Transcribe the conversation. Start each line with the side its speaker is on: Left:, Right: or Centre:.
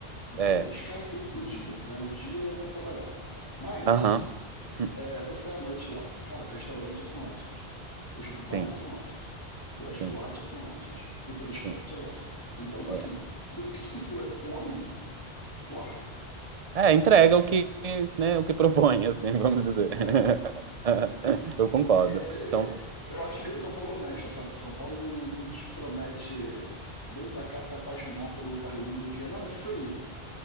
Left: Então
Right: É.
Left: esquece o, o dia, né? O dia é para trabalhar. Mas
Right: Aham. Hum,
Left: é, tu sai à noite lá, cara, restaurantes são ótimos. Os
Right: Sim,
Left: bares são ótimos. As
Right: sim,
Left: boates são ótimas. O transporte
Right: sim.
Left: é ótimo. Então, assim,
Right: É.
Left: pro que se propõe, porra,
Right: É, entrega o que, né, o que propõe, <laughs> assim, vamos dizer.
Left: né?
Right: <laughs> Eu concordo.
Left: é, é,
Right: Então,
Left: eu acho que São Paulo é honesto, sabe? São Paulo não, não, não te promete vem pra cá se apaixonar pelo lugar lindo que é. Não, é feio.